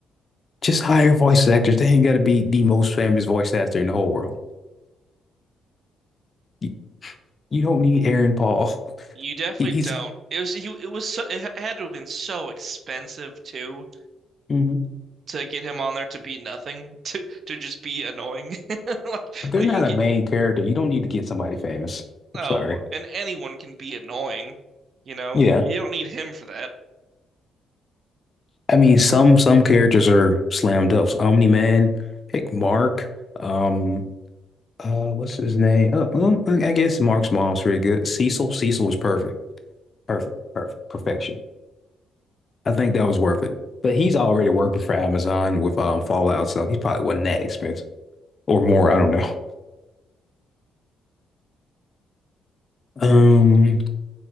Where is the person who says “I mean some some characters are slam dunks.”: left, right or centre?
Left